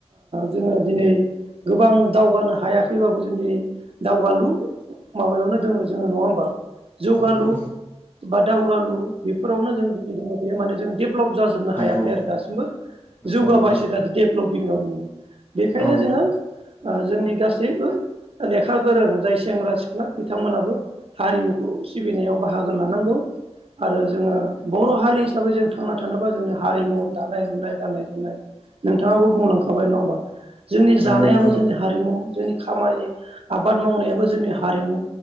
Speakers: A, on the right (about 60°); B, on the left (about 20°).
A: जोङो दिनै गोबां दावगानो हायाखैबाबो जों दिनै दावगालु माबायावनो दोङो जोङो नङा होमबा। जौगालु
B: नंगौ
A: बा दावगालु बेफोरावनो जों दिनै दंबाय थायो माने जों डेभेलप जा जोबनो
B: नंगौ
A: हायाखै आरो दासिमबो
B: नंगौ
A: जौगाबायसो
B: नोंथां
A: थादों डेभलपिं आव दोङो बेखायनो
B: औ
A: जोङो जोंनि गासैबो लेखा गोरों जाय सेंग्रा सिख्ला बिथांमोनाबो हारिमुखौ सिबिनायाव बाहागो लानांगौ। आरो जोङो बर' हारि हिसाबै जों थांना थानोबा जोंनि हारिमु दानाय लुनाय गाननाय जोमनाय नोंथाङाबो बुंलांखाबाय नङा होमबा जोंनि
B: नंगौ
A: जानायाबो
B: नोंथां
A: जोंनि हारिमु जोंनि खामानि आबाद मावनायाबो जोंनि हारिमु